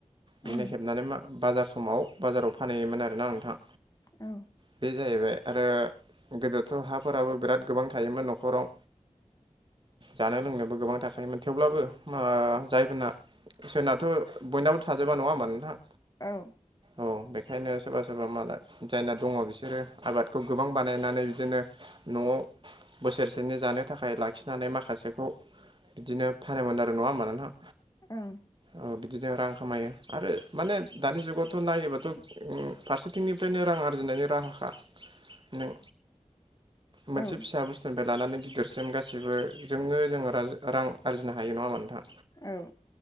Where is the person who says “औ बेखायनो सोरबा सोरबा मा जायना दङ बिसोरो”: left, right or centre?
Right